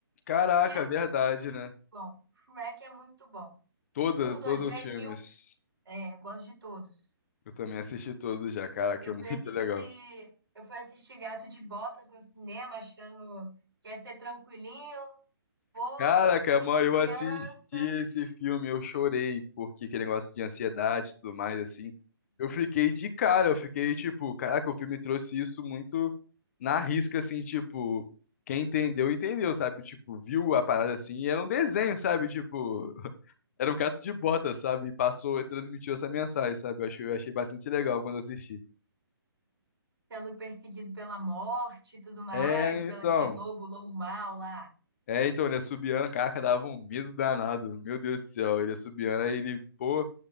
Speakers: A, on the left; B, on the right.
A: Caraca,
B: que é muito
A: verdade, né?
B: bom. Shrek é muito bom.
A: Todas,
B: Um, dois,
A: todos
B: três,
A: os filmes.
B: mil, é, gosto de todos.
A: Eu também assisti tudo já, caraca,
B: Eu
A: é
B: fui
A: muito
B: assistir,
A: legal.
B: eu fui assistir Gato de Botas no cinema, achando que ia ser tranquilinho, pô,
A: Caraca,
B: filme
A: mano,
B: de criança,
A: eu assisti esse filme, eu chorei, porque aquele negócio de ansiedade e tudo mais, assim. Eu fiquei de cara, eu fiquei tipo, caraca, o filme trouxe isso muito na risca, assim, tipo, quem entendeu, entendeu, sabe? Tipo, viu a parada assim, e era um desenho, sabe? Tipo, era um gato de bota, sabe? E passou, transmitiu essa mensagem, sabe? Eu achei, eu achei bastante legal quando eu assisti.
B: sendo perseguido pela morte e tudo mais,
A: É,
B: pelo
A: então.
B: aquele lobo, lobo mau lá.
A: É, então, ele assobiando, caraca, dava um medo danado. Meu Deus do céu, ele assobiando, aí ele, pô,